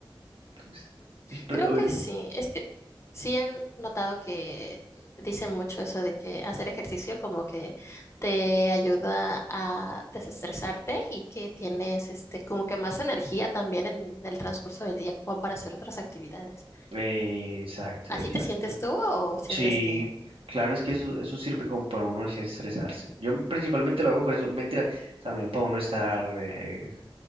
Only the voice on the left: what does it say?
Creo
que
sí, es que sí he notado que dicen mucho eso de que hacer ejercicio como que te ayuda a desestresarte y que tienes este como que más energía también en el transcurso del día como para hacer otras actividades.
¿Así
te sientes tú o sientes
que,